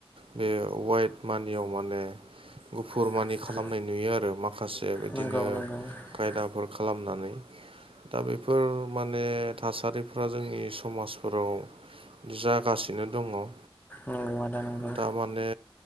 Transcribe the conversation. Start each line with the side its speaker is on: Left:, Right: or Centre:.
Right: बे वाइट मानियाव माने गुफुर
Left: नंगौ
Right: मानि खालामनाय नुयो आरो माखासे बिदिनो
Left: नंगौ नंगौ
Right: खायदा फोर खालामनानै दा बेफोर माने थासारिफ्रा जोंनि समाजफोराव जागासिनो दङ
Left: औ आदा नंगौ।
Right: दा माने